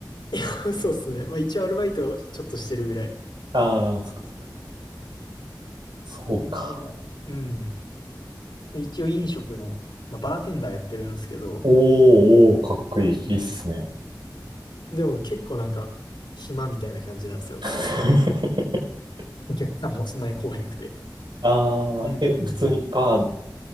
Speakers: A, on the left (about 80°); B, on the right (about 85°).
A: いや、そうですね。まあ一応アルバイトちょっとしてるぐらい。
B: ああ、そっかそっか。そうか。
A: 今は、うん。一応飲食の、まあ、バーテンダーやってるんですけど、
B: おー、おー、かっこいい。いいっすね。
A: でも結構なんか、暇みたいな感じなんですよ。
B: <laughs>
A: お客さんもそんなに来おへんくて。
B: ああ、
A: うんうんうん。
B: え、普通にバー、